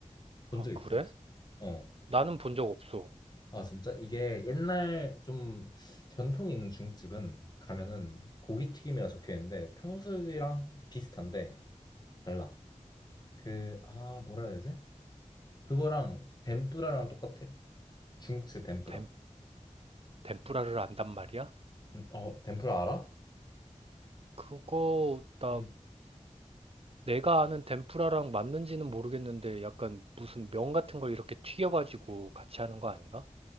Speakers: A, on the left; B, on the right.
A: 본
B: 아,
A: 적 있어
B: 그래?
A: 혹시? 어.
B: 나는 본 적 없어.
A: 아 진짜 이게 옛날 좀 전통 있는 중국집은 가면은 고기튀김이라 적혀 있는데 탕수육이랑 비슷한데 달라. 그 아 뭐라 해야 되지? 그거랑 덴뿌라랑 똑같아. 중국식 덴뿌라.
B: 덴, 덴푸라를 안단 말이야?
A: 음, 어 덴뿌라 알아?
B: 그거, 나
A: 음.
B: 내가 아는 덴푸라랑 맞는지는 모르겠는데 약간 무슨 면 같은 걸 이렇게 튀겨가지고 같이 하는 거 아닌가?